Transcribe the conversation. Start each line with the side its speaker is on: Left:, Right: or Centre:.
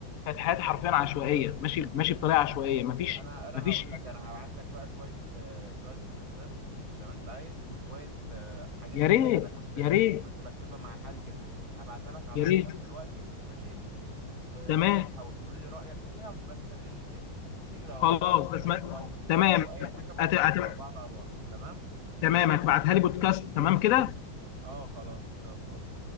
Left: كانت حياتي حرفيا عشوائيه ماشي ماشي بطريقه عشوائيه مفيش
Right: انا انا
Left: مفيش
Right: هقول لك انا هبعت لك بقى شويه آه، شويه بودكاستات زي ما انت عايز وشويه آه، حاجات
Left: يا
Right: كده
Left: ريت
Right: انا كنت
Left: يا ريت
Right: كنت بكتبها مع حالي كده هبعتها لك على
Left: يا
Right: الواتساب
Left: ريت
Right: دلوقتي ماشي وتشوفها
Left: تمام
Right: وتقول لي رأيك فيها وتبقى تكلمني تاني ماشي لو
Left: خلاص
Right: عاوز
Left: بس ما...
Right: لو
Left: تمام
Right: لو أي حاجة برضه
Left: أت... أت...
Right: احنا مع بعض على الواتس تمام؟
Left: تمام هتبعتها لي بودكاست تمام كده
Right: اه خلاص إن شاء الله